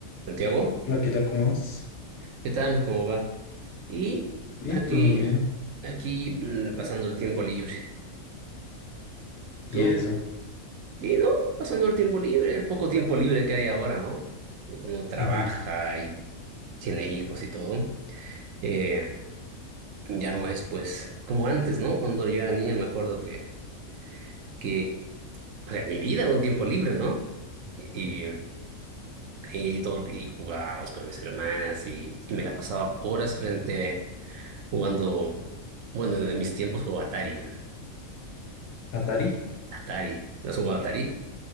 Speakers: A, on the right; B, on the left.
A: Santiago,
B: Hola, ¿qué tal? ¿Cómo vas?
A: ¿qué tal? ¿Cómo va? Y
B: Bien,
A: aquí,
B: todo muy bien.
A: eh, aquí mm, pasando el tiempo libre.
B: ¿Y
A: ¿Tú?
B: eso?
A: Y no, pasando el tiempo libre, el poco tiempo libre que hay ahora, ¿no? Uno trabaja
B: Ujú.
A: y tiene hijos y todo. Eh, ya no es pues como antes, ¿no? Cuando yo era niña me acuerdo que, que o sea, mi vida era un tiempo libre, ¿no? Y, y, y todo, y jugábamos con mis hermanas y, y me la pasaba horas frente jugando, bueno, en mis tiempos jugaba Atari. yo.
B: ¿Atari?
A: Atari. ¿No has jugado Atari?